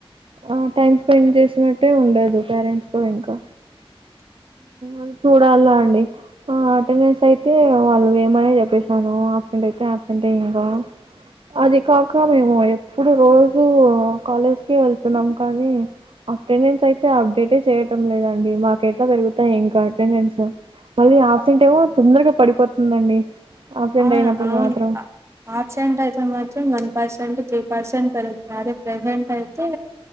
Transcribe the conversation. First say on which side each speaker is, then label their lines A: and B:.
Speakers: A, on the right; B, on the right.
A: ఆ టైమ్ స్పెండ్ చేసినట్టే ఉండదు, పేరెంట్స్ తో ఇంకా అది చూడాల అండి అటెండెన్స్ అయితే వాళ్ళు ఏమని చెప్పేసినాను అబ్సెంట్ అయితే అబ్సెంట్ అ ఇంకా అది కాక మేము ఎప్పుడు రోజూ కాలేజ్కే వెళ్తున్నాం కానీ అటెండెన్స్ అయితే అప్డేటే చేయటం లేదండి మాకు ఎట్లా పెరుగుతాయి, ఇంకా అటెండెన్స్ మళ్ళీ ఆఫ్సెంట ఏమో తొందరగా పడిపోతుందండి ఆబ్సెంట్
B: ఆ
A: అయినప్పుడు
B: అవును
A: మాత్రం
B: ఆచంటయిత మరి వన్ పర్సెంట్ త్రీ పర్సెంట్ పెరుగుతుంది అదే ప్రసెంట్ అయితే